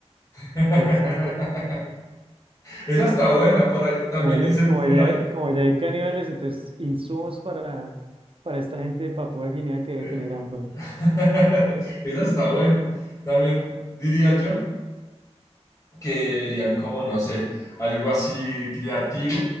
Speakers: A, on the left; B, on the right.
A: <laughs>
B: Exacto.
A: Esa está buena, por ahí, también
B: Como ya,
A: dicen
B: como
A: por
B: ya-
A: ahí.
B: como ya hay caníbales, entonces insumos para, para esta gente de Papúa Guinea que debe
A: eh,
B: tener hambre.
A: <laughs> Esa está buena. También diría yo que dirían como, no sé, algo así creativo